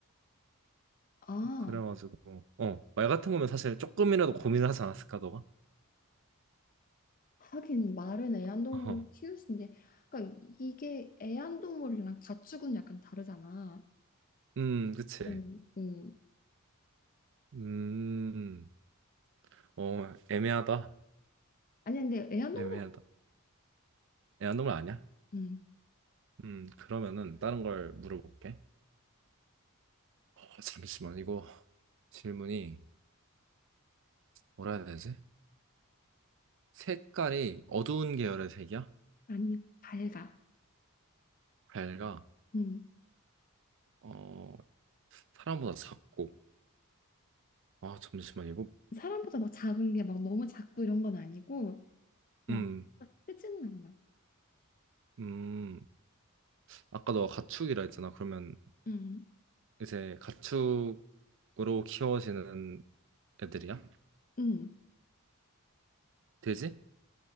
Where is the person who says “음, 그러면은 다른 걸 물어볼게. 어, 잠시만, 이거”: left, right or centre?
Right